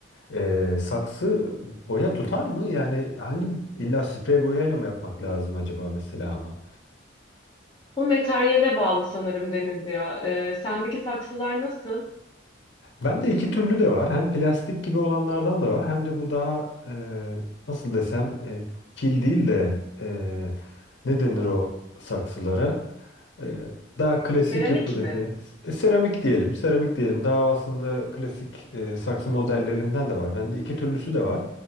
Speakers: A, on the left; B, on the left.
A: Eee, saksı boya tutar mı? Yani hangi illa sprey boyayla mı yapmak lazım acaba mesela onu?
B: Bu materyale bağlı sanırım Deniz ya. Ee, sendeki saksılar nasıl?
A: Bende iki türlü de var. Hem plastik gibi olanlardan da var. Hem de bu daha e, nasıl desem e, kil değil de e, ne denir o saksılara? E, daha klasik
B: Seramik
A: yapıdaki
B: mi?
A: e, seramik diyelim. Seramik diyelim. Daha aslında klasik e, saksı modellerinden de var. Bende iki türlüsü de var.